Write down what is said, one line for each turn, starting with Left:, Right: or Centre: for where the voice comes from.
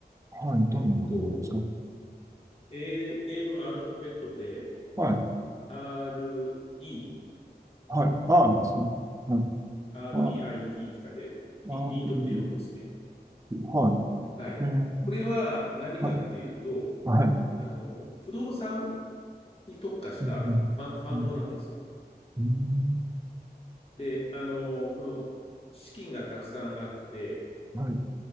Right: はい、どんなものなんですか
Left: えっと、えー英語のアルファベットで、
Right: はい、
Left: REITIT、
Right: はい、R ですね。はい、
Left: REIT
Right: あ
Left: って書いて、リ、
Right: r
Left: リートって読むんですね。
Right: e t はい。
Left: はい。
Right: えー、
Left: これは何かっていうと、
Right: はい、はい。う
Left: あの、不動産に特化したファン、
Right: ん、
Left: ファンドなんですよ。
Right: うん、うん、
Left: で、あの、この資金がたくさんあって、
Right: はい。